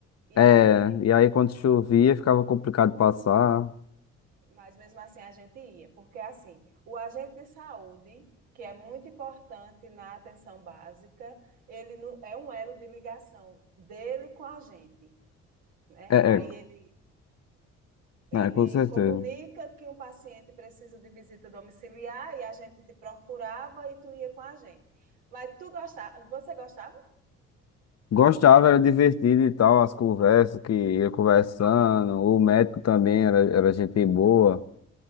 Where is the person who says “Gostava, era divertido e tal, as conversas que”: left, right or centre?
Left